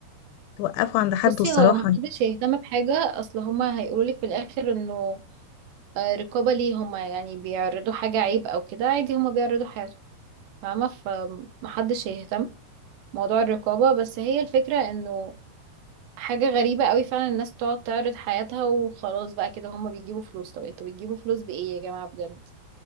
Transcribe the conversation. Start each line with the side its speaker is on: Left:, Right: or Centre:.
Left: توقفه عند حد
Right: بصي
Left: الصراحة
Right: هو ما حدش يهتم بحاجه اصل هما هيقولوا لك في الاخر انه آه، رقابة ليه هما يعني بيعرضوا حاجة عيب أو كده عادي هما بيعرضوا حياتهم فاهمة فمحدش هيهتم موضوع الرقابة بس هي الفكرة إنه حاجة غريبة قوي فعلا الناس تقعد تعرض حياتها وخلاص بقى كده هما بيجيبوا فلوس طب انتوا بتجيبوا فلوس بإيه يا جماعة بجد